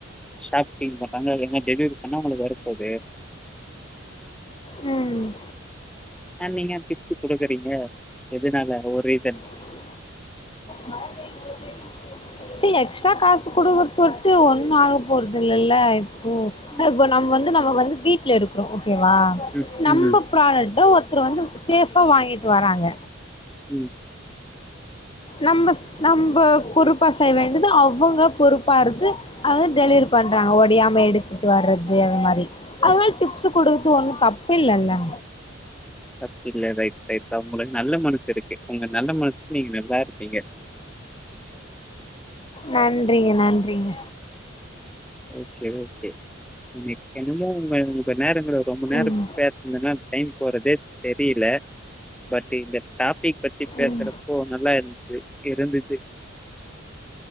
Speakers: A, in the centre; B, on the left (about 25°).
A: ஷாப் <unintelligible> அது என்ன டெலிவரி பண்ணா உங்களுக்கு வரப்போது
B: ம்
A: ஆ நீங்க ஏ டிப்ஸ்சு குடுக்கறீங்க எதுனால ஒரு ரீசன்
B: மழ மழ பெய்யும் போது சீ எக்ஸ்ட்ரா காசு குடுக்கற தொட்டு ஒண்ணு ஆக போறதுல்லல ஓ
A: ம்,
B: அ இப்ப நம்ம வந்து நம்ம வந்து வீட்டு்ல இருக்றோ ஓகேவா
A: ம்,
B: நம்ம
A: ம்,
B: ப்ராடக்ட்ட ஒருத்தர் வந்து சேஃபா வாங்கிட்டு வராங்க
A: ம்
B: நம்ம ஸ் நம்ப பொறுப்பா செய்ய வேண்டியது அவங்க பொறுப்பாருது அவெ டெலிவரி பண்றாங்க ஒடியாம எடுத்துட்டு வர்றது அது மாரி அதனால டிப்ஸ் குடுக்கத்து ஒன்னு தப்பில்லல்ல
A: தப்பில்ல ரைட் ரைட்கா உங்களுக்கு நல்ல மனசு இருக்கு உங்க நல்ல மனசுக்கு நீங்க நல்லா இருப்பீங்க
B: நன்றிங்க நன்றிங்க
A: ஓகே ஓகே எனக்கு என்னமோ உங்க உங்க நேரங்க ரொம்ப நேரம்
B: ம்
A: பே இல்லனா டைம் போறதே தெரில பட் இந்த டாபிக் பத்தி
B: ம்
A: பேசுறது போ நல்லா இருந்துது இருந்துது